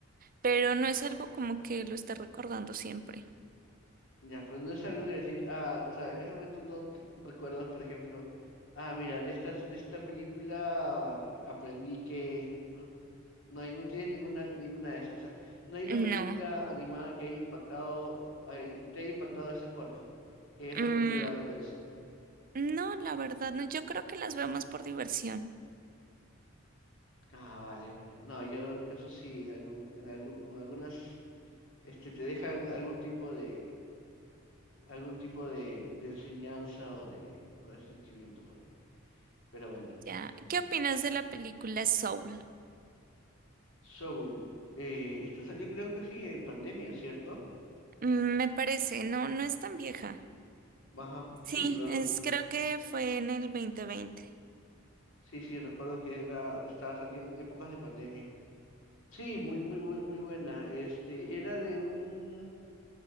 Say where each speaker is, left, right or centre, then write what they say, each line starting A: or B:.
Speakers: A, on the right (about 45°); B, on the left (about 65°).
A: pero no es algo como que lo esté recordando siempre.
B: Ya, pero no es algo que decir, ah, o sea, en ese momento no t- recuerdas, por ejemplo, ah, mira, de estas, de esta película aprendí que, ¿no? No hay, no tienes ninguna, ninguna de esas, o sea, no hay una
A: No.
B: película animada que haya impactado, ay, y te haya impactado de esa forma, que hayas
A: Mm,
B: aprendido algo de eso.
A: No, la verdad no. Yo creo que las vemos por diversión.
B: Ah, vale, vale. No, yo en mi caso sí, en algún, en algún, con algunas, este, te dejan algún tipo de, algún tipo de, de enseñanza o de, o de sentimiento por ahí. Pero bueno.
A: Ya. ¿Qué opinas de la película Soul?
B: Soul, eh, esto salió creo que sí en pandemia, ¿cierto?
A: Mm, Me parece, no, no es tan vieja.
B: Ajá,
A: Sí,
B: sí, pero
A: es,
B: re-
A: creo que fue en el 2020.
B: sí, sí, recuerdo que era, estaba saliendo en épocas de pandemia. Sí, muy, muy, bue- muy buena. Este, era de un,